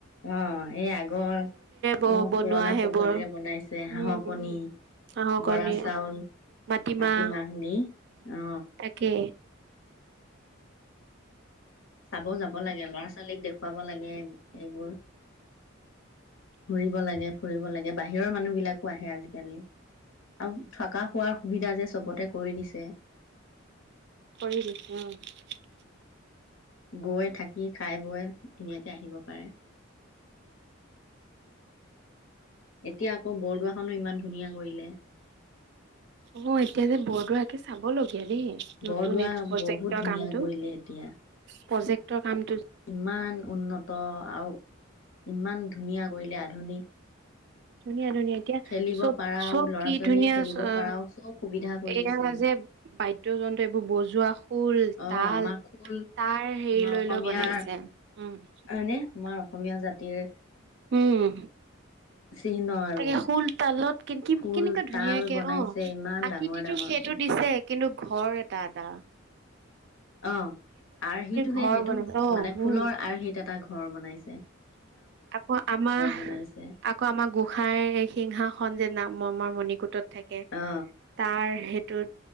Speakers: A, on the left; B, on the right.
A: অ', এই আগৰ অ-
B: ব বনোৱা
A: পুৰণা
B: সেইবোৰ
A: পদ্ধতিৰে বনাইছে, হাঁহৰ
B: উম
A: কণী,
B: হাঁহৰ কণী
A: বৰা চাউল,
B: মাটিমাহ
A: মাতিমাহ দি অ',
B: তাকে।
A: চাব যাব লাগে, ল'ৰা ছোৱালীক দেখুৱাব লাগে এইবোৰ। ঘুৰিব লাগে, ফুৰিব লাগে বাহ বাহিৰৰ মানুহ বিলাকো আহে আজিকালি, আৰু থকা- খোৱাৰ সুবিধা যে চবতে, কৰি দিছে
B: কৰিদিছে অ, '
A: গৈ, থাক, কি খায়-বয় ধুনীয়াক, তে আহিব পাৰে। এতিয়া আকৌ, বৰদোৱা খনো ইমান ধুনীয়া কৰিলে।
B: অ, 'এতিয়া যে বৰদোৱা একে চা, চাব লগ দিয়াদেই, নতুন
A: বৰদোৱা
B: এদ প্ৰজেক্টৰ
A: বহুত ধুনীয়া
B: কামটো
A: কৰিলে এতিয়া
B: প্ৰজেক্ট, তোৰ কাম,
A: ইমান উন্নত আৰু ইমান ধুনীয়া। কৰিলে, আধুনিক,
B: ধুনীয়া-ধুনীয়া এতিয়া
A: খেলিব
B: চব,
A: পাৰাও
B: চব
A: ল'ৰা
B: কি
A: ছোৱালীয়ে
B: ধুনিয়া
A: খেলিব
B: অ,
A: পাৰাও চব সুবিধা কৰি
B: এয়া
A: দিছে
B: যে বাদ্যযন্ত্ৰ এইবোৰ বজোৱা, খোল,
A: অ
B: তাল
A: আমাৰ খোল
B: তাৰ হেৰি
A: আমাৰ
B: লৈ
A: অসমীয়াৰ
B: লৈ বনাইছে, উম, '
A: হয়নে আমাৰ অসমীয়া জাতিৰ,
B: উম।
A: চিহ্ন আৰু
B: তাকে, শোল, তালত কেনকে,
A: খোল
B: কেনেকুৱা ধুনীয়াকে
A: তাল বনাইছে
B: অ,
A: ইমান
B: আকৃতিটো
A: ডাঙৰ ডাঙৰকে
B: সেইটো দিছে। কিন্তু ঘৰ এটা-এটা।
A: অ আৰ্হিটোহে
B: ঘৰ
A: সেইটো
B: বনাইছে অ
A: মানে ফুলৰ
B: উম
A: আৰ্হিত এটা ঘৰ বনাইছো
B: আকৌ আমাৰ
A: বনাইছে
B: আকৌ আমাৰ গোসাঁইৰ এই সিংহাসন যে নামমৰ মণ কোটাত থাকে
A: অ
B: তাৰ সেই ত